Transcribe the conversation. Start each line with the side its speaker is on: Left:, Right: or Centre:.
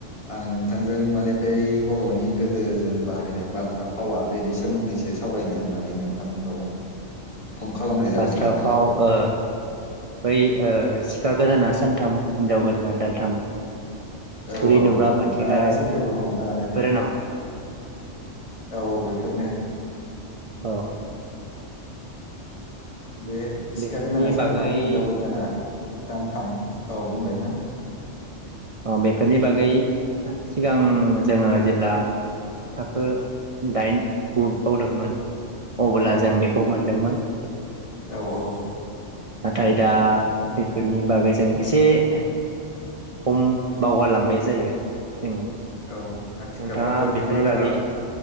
Left: आं नोंथांजों माने बै बर'नि गोदो जों बाहायनाय बाथ्रा फावा बेनि सोमोन्दैसो सावरायनो होननानै नोंथांनाव फन खालामनाय जादोंमोन
Right: बाथ्राफाव
Left: आरो
Right: ओ बै ओ सिखा गोदाना सानथाम हिनजाव गोदाना दानथाम
Left: औ
Right: थुरि
Left: औ
Right: नुब्ला
Left: औ
Right: बाथि
Left: नोंथांङा
Right: गारो
Left: सैथोखौनो हमदां हादों
Right: बेफोरो
Left: ।
Right: नामा
Left: औ औ बेफोरनो।
Right: अ
Left: बे सिखा
Right: बेफोरनि
Left: गोदाना सानथाम
Right: बागै
Left: हिनजाव गोदाना दानथाम। औ बुंलाय नोंथां।
Right: अ बेफोरनि बागै सिगां जोंङो जेब्ला थाखो दाइन गु बाव दोंमोन अब्ला
Left: औ
Right: जों बेखौ मोनदोंमोन
Left: औ औ
Right: नाथाय दा बेफोरनि बागै जों एसे खम बावगारलांबाय जाहैबाय जोङो
Left: औ आथिखालावथ'
Right: नोंथाङा बेफोरनि
Left: बे बाथ्रा
Right: बागै